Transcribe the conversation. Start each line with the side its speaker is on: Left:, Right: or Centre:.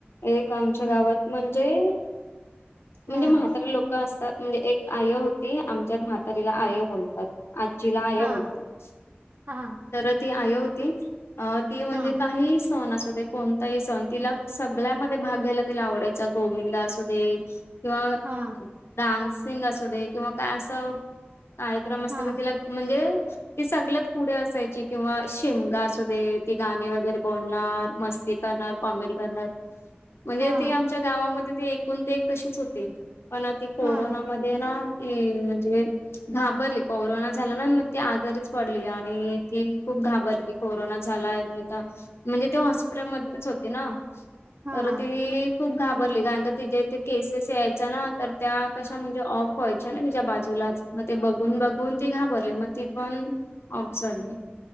Left: एक आमच्या
Right: हम्म
Left: गावात म्हणजे म्हणजे
Right: हा
Left: म्हात्रे लोक असतात म्हणजे एक आय होती आमच्यात मात त तिला आय बोलतात आजीला आय
Right: हा
Left: बोलतात
Right: हा
Left: तर ती आय ती म्हणजे
Right: हा
Left: काही सण असू कोणताही सण तिला सगळ्यामध्ये भाग घ्यायला तिला आवडायचा गोविंदा असू दे किंवा
Right: हा
Left: डान्सिंग असू दे किंवा काय असं कार्यक्रम असत
Right: हा
Left: तर तिला म्हणजे ती सगळत पुढे असायची किंवा शिमगा असू दे ती गाणी वगैरे बोलणार मस्ती करणार कॉमेडी करणार म्हणजे
Right: हा
Left: ती आमच्या गावामध्ये ती एकूण ते एक तशीच होती पण ती कोरोनामध्ये
Right: हा
Left: ना ती म्हणजे घाबरली कोरोना झाला ना मग ती आजारीच पडली आणि ती खूप घाबरली कोरोना झालाय आ म्हणजे ते हॉस्पिटल मधच होते ना
Right: हा
Left: तर ती खूप घाबरली कारण का तिच्या इथे केसेस यायचा ना तर त्या कशा म्हणजे ऑफ व्हायच्या ना तिच्या बाजूलाच मग ते बघून बघून ती घाबरली मग ती पण सले